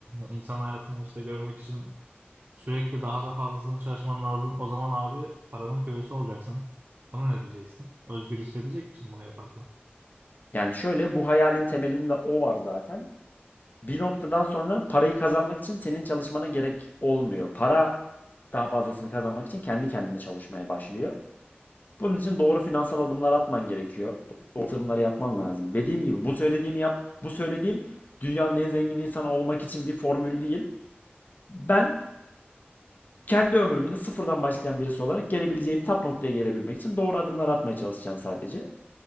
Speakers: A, on the right; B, on the left.
A: insan hayatını işte görmek için sürekli daha da fazlasını çalışman lazım. O zaman abi paranın kölesi olacaksın. Bunu ne diyeceksin? Özgür hissedecek misin bunu yaparken?
B: Yani şöyle bu hayalin temelinde o var zaten. Bir noktadan sonra parayı kazanmak için senin çalışmana gerek olmuyor. Para daha fazlasını kazanmak için kendi kendine çalışmaya başlıyor. Bunun için doğru finansal adımlar atman gerekiyor. Doğru yatırımları yapman lazım. Dediğim gibi bu söylediğimi yap, bu söylediğim dünyanın en zengin insanı olmak için bir formül değil. Ben kendi ömrümde sıfırdan başlayan birisi olarak gelebileceğim tap noktaya gelebilmek için doğru adımlar atmaya çalışacağım sadece.